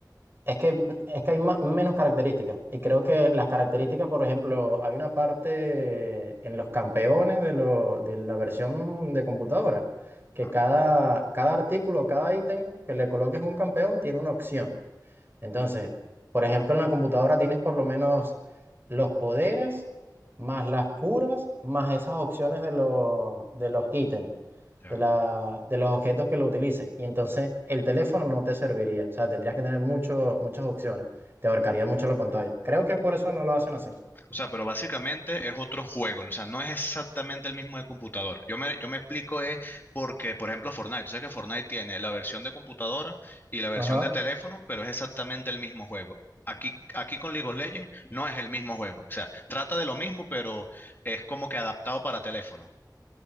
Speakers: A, on the right; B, on the left.
A: Es que, es que hay ma- menos características. Y creo que las características, por ejemplo, hay una parte en los campeones de, lo- de la versión de computadora, que
B: Ah,
A: cada, cada artículo, cada ítem que le coloques un campeón tiene una opción. Entonces, por ejemplo, en la computadora tienes por lo menos los poderes, más las curas, más esas opciones de los, de los ítems,
B: ya.
A: de la, de los objetos que lo utilices. Y entonces el teléfono no te serviría. O sea, tendrías que tener mucho- muchas opciones. Te abarcaría mucho la pantalla. Creo que por eso no lo hacen así.
B: O sea, pero básicamente es otro juego, ¿no? o sea, no es exactamente el mismo de computador. Yo me, yo me explico es porque, por ejemplo, Fortnite, tú sabes que Fortnite tiene la versión de computadora y la versión
A: Ajá.
B: de teléfono, pero es exactamente el mismo juego. Aquí, aquí con League of Legends no es el mismo juego, o sea, trata de lo mismo, pero es como que adaptado para teléfono.